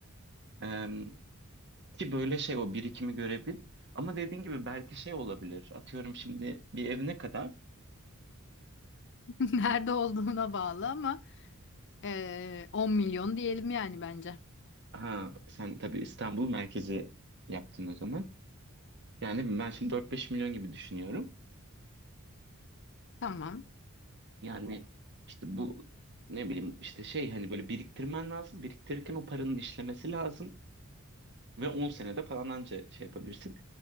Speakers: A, on the right; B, on the left.
A: E, ki böyle şey o birikimi görebil. Ama dediğin gibi belki şey olabilir. Atıyorum şimdi bir ev ne kadardır?
B: <laughs> Nerede olduğuna bağlı ama eee 10 milyon diyelim yani bence.
A: Ha sen tabii İstanbul merkezi yaptın o zaman. Yani ben şimdi dört beş milyon gibi düşünüyorum.
B: Tamam.
A: Yani işte bu ne bileyim işte şey hani böyle biriktirmen lazım. Biriktirirken o paranın işlemesi lazım. Ve 10 senede falan anca şey yapabilirsin.